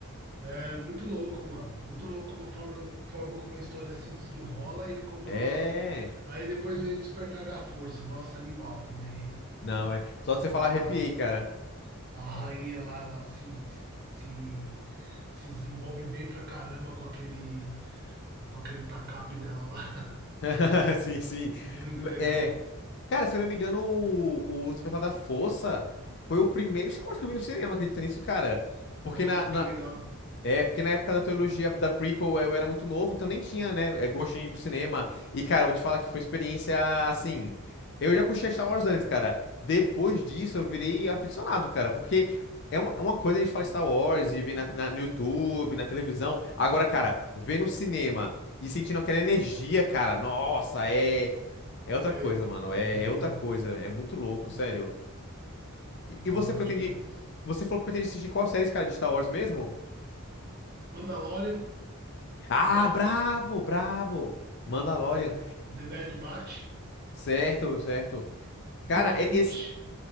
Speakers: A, on the right; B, on the left.
A: É muito louco, mano. Muito louco como a forma, forma como a história se desenrola e como
B: É.
A: ela. Aí depois vem o Despertar da Força. Nossa, animal também, hein?
B: Não, é. Só de
A: A,
B: você falar arrepiei, cara.
A: a rainha lá, ela se, se, se desenvolve bem pra caramba com aquele, com aquele tacape dela lá.
B: <laughs> Sim, sim.
A: <laughs> Muito
B: M-
A: legal.
B: É. Cara, se eu não me engano, o, o Despertar da Força foi o primeiro Star Wars que eu vi no cinema, acredita nisso, cara?
A: Nossa,
B: Porque na, na,
A: que legal.
B: É, porque na época da teologia da prequel eu era muito novo, então nem tinha, né, é, gosto de ir pro cinema. E, cara, eu vou te falar que foi experiência assim. Eu já curti Star Wars antes, cara. Depois disso eu virei aficionado, cara, porque é uma, é uma coisa a gente fala Star Wars e ver na, na- no YouTube, na televisão. Agora, cara, ver no cinema e sentindo aquela energia, cara, nossa, é, é outra
A: É,
B: coisa,
A: é
B: mano. É,
A: muito
B: é
A: louco.
B: outra coisa. É muito louco,
A: Muito louco.
B: sério. E,
A: Da
B: e você
A: hora
B: pretende.
A: demais.
B: Você falou que pretende assistir qual série, cara, de Star Wars mesmo?
A: Mandalorian,
B: Ah,
A: The Bad,
B: brabo, brabo. Mandalorian.
A: The, The Bad Batch,
B: Certo, certo.
A: Boba
B: Cara,
A: Fett.
B: e- esse.